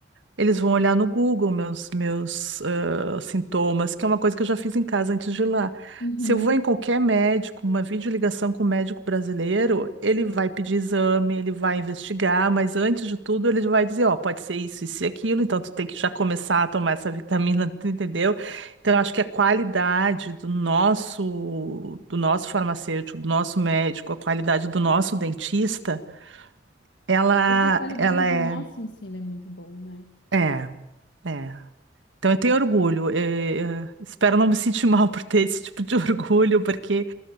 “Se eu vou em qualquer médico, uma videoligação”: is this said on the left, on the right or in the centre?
Right